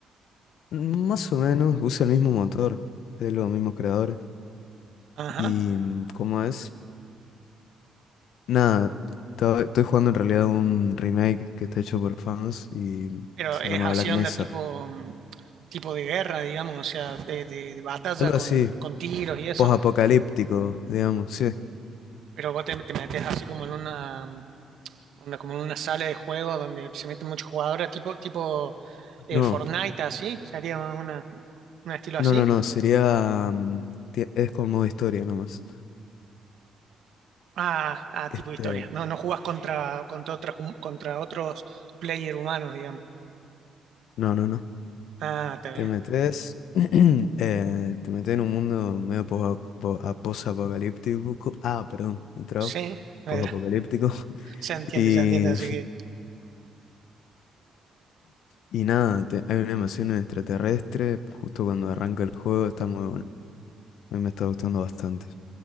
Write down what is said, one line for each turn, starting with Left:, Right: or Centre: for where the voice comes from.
Left: Más o menos usa el mismo motor, de los mismos creadores.
Right: Ajá.
Left: Y mm, como es, nada, to- estoy jugando en realidad un remake que está hecho por fans y
Right: Pero
Left: se
Right: es
Left: llama
Right: acción
Left: Black Mesa.
Right: de tipo, mm, tipo de guerra, digamos, o sea, de, de- de batalla
Left: Algo
Right: con,
Left: así,
Right: con tiros y eso.
Left: post-apocalíptico, digamos, sí.
Right: Pero vos te, te metes así como en una, mm, onda, como en una sala de juego donde se meten muchos jugadores, tipo, tipo eh,
Left: No,
Right: Fortnite, así, sería una, un estilo así.
Left: no, no, no, sería... mm, tie- es con modo historia nomás.
Right: Ah, ah,
Left: Este,
Right: tipo de historia. No, no jugás contra, contra otras hum- contra otros player humanos, digamos.
Left: no, no, no.
Right: Ah, está bien.
Left: Te metes, <clears throat> eh, te metes en un mundo medio posa- po- a- posapocalíptico. Ah, perdón, me trabo.
Right: Sí, Pedro,
Left: Posapocalíptico.
Right: <laughs> se
Left: <laughs>
Right: entiende,
Left: Y,
Right: se entiende, así que
Left: y nada, te- hay una invasión extraterrestre. Justo cuando arranca el juego está muy bueno. A mí me está gustando bastante.